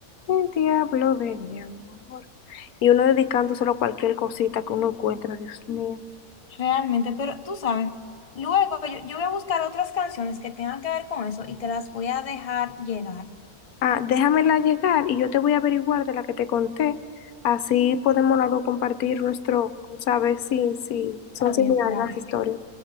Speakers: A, on the left; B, on the left.
A: el diablo de mi amor. Y uno dedicándoselo a cualquier cosita que uno encuentra, Dios mío.
B: Realmente, pero tú sabes, luego yo, yo voy a buscar otras canciones que tengan que ver con eso y te las voy a dejar llegar.
A: Ah, déjamela llegar y yo te voy a averiguar de la que te conté. Así podemos las dos compartir nuestro, saber si, si son
B: Está
A: similares
B: bien, dale.
A: las historias.